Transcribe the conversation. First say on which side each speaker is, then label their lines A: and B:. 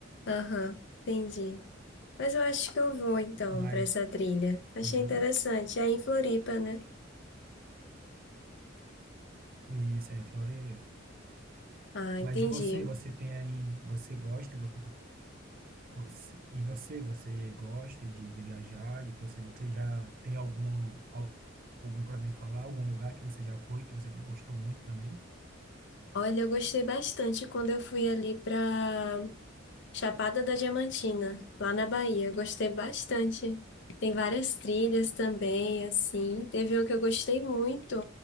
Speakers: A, on the left (about 65°); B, on the right (about 45°).
A: aham, entendi. Mas eu acho que eu vou então
B: Mas,
A: para essa trilha. Achei
B: entendeu?
A: interessante. É em Floripa, né?
B: Isso aí, em Floreio.
A: Ah, entendi.
B: Mas e você? Você tem aí, você gosta, você, você- e você, você gosta de, de viajar, de conhecer? Você já tem algum, al- algum para me falar? Algum lugar que você já foi, que você gostou muito também?
A: Olha, eu gostei bastante quando eu fui ali para Chapada da Diamantina, lá na Bahia. Eu Gostei bastante. Tem várias trilhas também, assim. Teve uma que eu gostei muito,